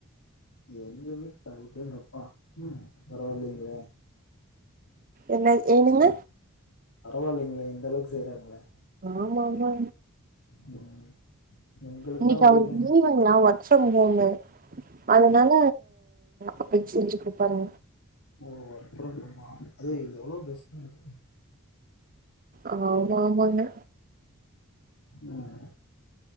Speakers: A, on the left; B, on the right.
A: எங்க வீட்டு அடேங்கப்பா ம் பரவாயில்லைங்ளே
B: என்ன ஏனுங்க
A: பரவாயில்லைங்ளே இந்த அளவுக்கு செய்யறாங்களே
B: ஆமா ஆமா
A: ம் எங்களுக்கெல்லா
B: இன்னைக்கு
A: அப்டி
B: அவுருக்கு
A: இல்லைங்க
B: லீவ் நா வொர்க் ஃப்ரம் ஹோமு அதனால அப்ப செஞ்சக்குடுப்பாங்க
A: ஓ வொர்க் ஃப்ரம் ஹோமா அது இது எவ்ளோ பெஸ்ட்டு தான்ங்க
B: ஆமா ஆமாங்க
A: ம்